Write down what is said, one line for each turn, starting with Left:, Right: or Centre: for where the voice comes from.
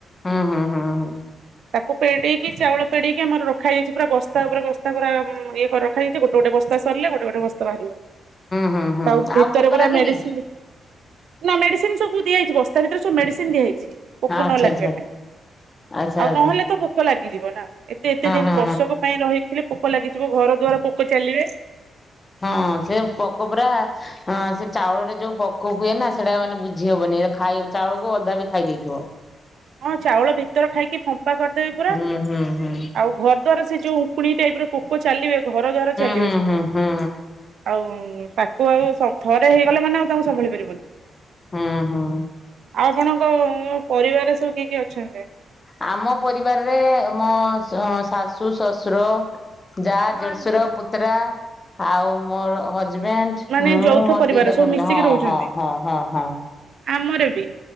Left: ହୁଁ ହୁଁ ହୁଁ ହୁଁ।
Right: ତାକୁ ପେଡେଇକି ଚାଉଳ ପେଡେଇକି ଆମର ରଖାହେଇଯାଇଚି ପୁରା ବସ୍ତା ଉପରେ ବସ୍ ତା ପୁରା ଇଏ କରି ରଖାଯାଇଛି ଗୋଟେ ଗୋଟେ ବସ୍ତା ସରିଲେ ଗୋଟେ ଗୋଟେ ବସ୍ତା ବାହାରିବ।
Left: ହୁଁ ହୁଁ ହୁଁ
Right: ତା ଉ ଭିତରେ
Left: ଆଉ ପୋକ
Right: ପୁରା
Left: ଲାଗେନି
Right: ମେଡିସିନି ନା ମେଡିସିନ ସବୁ ଦିଆହେଇଚି ବସ୍ତା ଭିତରେ ସବୁ ମେଡିସିନ ଦିଆହେଇଚି। ପୋକ
Left: ଆଚ୍ଛା
Right: ନ ଲାଗିବା
Left: ଆଚ୍ଛା
Right: ପାଇଁ।
Left: ଆଚ୍ଛା
Right: ଆଉ
Left: ଆଚ୍ଛା
Right: ନହେଲେ ତ ପୋକ ଲାଗିଯିବ ନା ଏତେ ଏତେ ଦିନ
Left: ହଁ
Right: ବର୍ଷକ ପାଇଁ ରହିଥିଲେ ପୋକ ଲାଗିଯିବ ଘର ଦ୍ୱାର ପୋକ ଚାଲିବେ।
Left: ହଁ-ଅ-ଅ ସେ ପୋକ ପୁରା ହଁ ସେ ଚାଉଳରେ ଯୋଉ ପୋକ ହୁଏ ନା ସେଇଟା ମାନେ ବୁଝି ହବନି ଏରା ଖାଇଆ ଚାଉଳକୁ ଅଧା ବି ଖାଇଦେଇଥିବ।
Right: ହଁ ଚାଉଳ ଭିତର ଖାଇକି ଫମ୍ପା କରିଦେବେ ପୁରା।
Left: ହୁଁ
Right: ଆଉ
Left: ହୁଁ ହୁଁ
Right: ଘରଦ୍ୱାର ସେ ଯୋଉ ଉଙ୍କୁଣି ଟାଇପ୍ ର ପୋକ ଚାଲିବେ ଘରଦ୍ୱାର ଚାଲିବେ
Left: ହୁଁ
Right: ସେମାନେ
Left: ହୁଁ ହୁଁ ହୁଁ
Right: ଆଉ-ଉ-ଉ-ଉ ତା କୁ ଆଉ ସ ଥରେ ହେଇଗଲେ ମାନେ ଆଉ ତାଙ୍କୁ ସମ୍ଭାଳି ପାରିବନି।
Left: ହୁଁ ହୁଁ।
Right: ଆଉ ଆପଣଙ୍କ ପରିବାରରେ ସବୁ କିଏ କିଏ ଅଛନ୍ତି?
Left: ଆମ ପରିବାରରେ ମୋ ଶାଶୁ, ଶଶୁର ଜା, ଦେଡ଼ସୁର, ପୁତ୍ରା ଆଉ ମୋର ହଜବେଣ୍ଡ
Right: ମାନେ
Left: ହୁଁ
Right: ଯୌଥ
Left: ମୋର
Right: ପରିବାର
Left: ଦିଟା
Right: ସବୁ
Left: ଫ୍ୟାମିଲି
Right: ମିଶିକି
Left: ହଁ-ହଁ-ହଁ-ହଁ-ହଁ।
Right: ରହୁଛନ୍ତି ଆମର ବି।